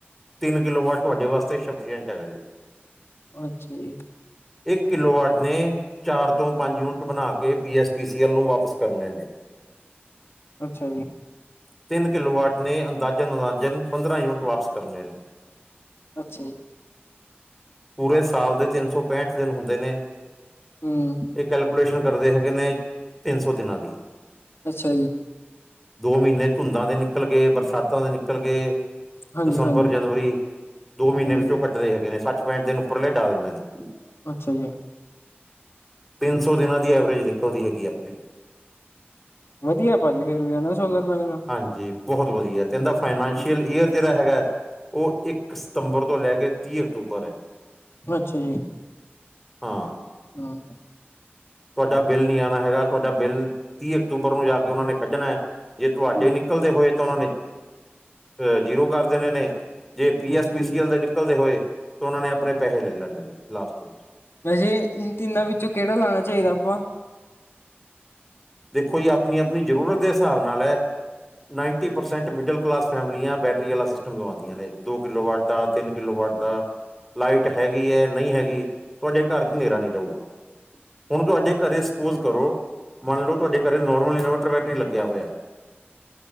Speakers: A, in the centre; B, on the left.
A: ਤਿੰਨ ਕਿਲੋ ਵਾਟ ਤੁਹਾਡੇ ਵਾਸਤੇ ਸਫੀਸ਼ਟ ਹੈਗਾ ਜੀ।
B: ਅੱਛਾ ਜੀ।
A: ਇੱਕ ਕਿਲੋ ਵਾਟ ਨੇ ਚਾਰ ਤੋਂ ਪੰਜ ਯੂਨਿਟ ਬਣਾ ਕੇ ਪੀ ਐਸ ਪੀ ਸੀ ਐਲ ਨੂੰ ਵਾਪਿਸ ਕਰਨੇ ਨੇ।
B: ਅੱਛਾ ਜੀ।
A: ਤਿੰਨ ਕਿਲੋਵਾਟ ਨੇ, ਅੰਦਾਜਨ- ਅੰਦਾਜਨ ਪੰਦਰਾਂ ਯੂਨਿਟ ਵਾਪਸ ਕਰਨੇ ਨੇ।
B: ਅੱਛਾ ਜੀ।
A: ਪੂਰੇ ਸਾਲ ਦੇ ਤਿੰਨ- ਸੌ- ਪੈਂਹਠ ਦਿਨ ਹੁੰਦੇ ਨੇ।
B: ਹਮ।
A: ਇਹ ਕੈਲਕੂਲੇਸ਼ਨ ਕਰਦੇ ਹੈਗੇ ਨੇ, ਤਿੰਨ ਸੌ ਦਿਨਾਂ ਦੀ।
B: ਅੱਛਾ ਜੀ।
A: ਦੋ ਮਹੀਨੇ ਧੁੰਦਾਂ ਦੇ ਨਿਕਲ ਗਏ, ਬਰਸਾਤਾਂ ਦੇ ਨਿਕਲ ਗਏ।
B: ਹਾਂਜੀ,
A: ਦਸੰਬਰ-
B: ਹਾਂਜੀ,
A: ਜਨਵਰੀ ਦੋ ਮਹੀਨੇ
B: ਹਾਂਜੀ
A: ਵਿੱਚੋਂ ਕੱਟਦੇ ਹੈਗੇ ਨੇ, ਸੱਠ- ਪੈਂਠ ਦਿਨ ਉੱਪਰਲੇ ਡਾ ਦਿੰਦੇ ਨੇ।
B: ਅੱਛਾ ਜੀ।
A: ਤਿੰਨ ਸੌ ਦਿਨਾਂ ਦੀ ਐਵਰੇਜ ਨਿਕਲਦੀ ਹੈਗੀ ਆਪਣੇ।
B: ਵਧੀਆ ਭੱਜ ਗਏ ਲਿਜਾਨਾ ਸੋਲਰ ਪੈਨਲ।
A: ਹਾਂਜੀ, ਬਹੁਤ ਵਧੀਆ, ਤੇ ਏਦਾਂ ਫਾਈਨਸ਼ੀਅਲ
B: ਹੂੰ
A: ਇਯਰ ਜਿਹੜਾ ਹੈਗਾ, ਉਹ ਇੱਕ ਸਤੰਬਰ ਤੋਂ ਲੈ ਕੇ ਤੀਹ ਅਕਤੂਬਰ ਹੈ।
B: ਅੱਛਾ ਜੀ।
A: ਹਾਂ।
B: ਹਮ।
A: ਤੁਹਾਡਾ ਬਿੱਲ ਨਹੀਂ ਆਉਣਾ ਹੈਗਾ, ਤੁਹਾਡਾ ਬਿੱਲ ਤੀਹ ਅਕਤੂਬਰ ਨੂੰ ਜਾ ਕੇ ਉਹਨਾਂ ਨੇ ਕੱਢਣਾ ਹੈ। ਜੇ ਤੁਹਾਡੇ
B: ਹੂੰ
A: ਨਿਕਲਦੇ ਹੋਏ ਤਾਂ ਉਹਨਾਂ ਨੇ ਅਹ ਜੀਰੋ ਕਰ ਦੇਣੇ ਨੇ। ਜੇ ਪੀ ਐਸ
B: ਅੱਛਾ
A: ਪੀ
B: ਜੀ
A: ਐਲ ਦੇ ਨਿਕਲਦੇ ਹੋਏ ਤਾਂ ਉਹਨਾਂ ਨੇ ਆਪਣੇ ਪੈਸੇ ਲੈ ਲੈਣੇ ਨੇ ਲਾਸਟ ਵਿੱਚ।
B: ਵੈਸੇ ਤਿੰਨਾਂ ਵਿੱਚੋਂ ਕਿਹੜਾ ਲਾਣਾ ਚਾਹੀਦਾ ਆਪਾਂ?
A: ਦੇਖੋ ਜੀ ਆਪਣੀ- ਆਪਣੀ ਜ਼ਰੂਰਤ ਦੇ ਹਿਸਾਬ ਨਾਲ ਹੈ। ਨਾਈਨਟੀ ਪਰਸੈਂਟ ਮਿਡਲ ਕਲਾਸ ਫੈਮਲੀਆਂ ਬੈਟਰੀ ਵਾਲਾ ਸਿਸਟਮ ਲਵਾਉਂਦੀਆਂ ਨੇ ਦੋ ਕਿਲੋ ਵਾਟ ਦਾ। ਤਿੰਨ ਕਿੱਲੋ ਵਾਟ ਦਾ, ਲਾਈਟ ਹੈਗੀ ਹੈ ਨਹੀਂ ਹੈਗੀ, ਤੁਹਾਡੇ ਘਰ ਤੇ ਹਨੇਰਾ ਨੀ ਰਹੂਗਾ। ਹੁਣ ਤੁਹਾਡੇ ਘਰੇ ਸਪੋਜ ਕਰੋ ਮੰਨ ਲਓ, ਤੁਹਾਡੇ ਘਰੇ ਨੋਰਮਲ ਇਨਵਟਰ ਬੈਟਰੀ ਲੱਗਿਆ ਹੋਇਆ ਹੈ